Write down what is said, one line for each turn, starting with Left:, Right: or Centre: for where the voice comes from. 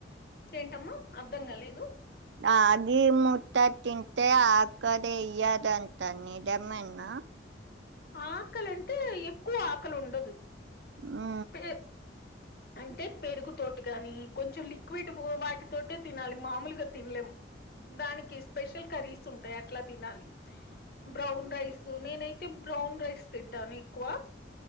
Left: ఏంటమ్మా అర్ధం క లేదు
Right: ఆగి మూట్ట తింత ఆకదే అయ్యదంతా నిదమన్నా
Left: ఆకలింటే ఎక్కువ ఆకలి ఉండదు
Right: ఆ
Left: పే అంటే పెరుగు తటి గాని కొంచెం లిక్విడ్ వాటితోటే తినాలి మామూలుగా తినలేము దానికి స్పెషల్ కర్రీస్ ఉంటాయి అట్లా తినాలి బ్రౌన్ రైస్ నేనైతే ఇ బ్రాన్ రైస్స్ తింటాను ఎక్కువ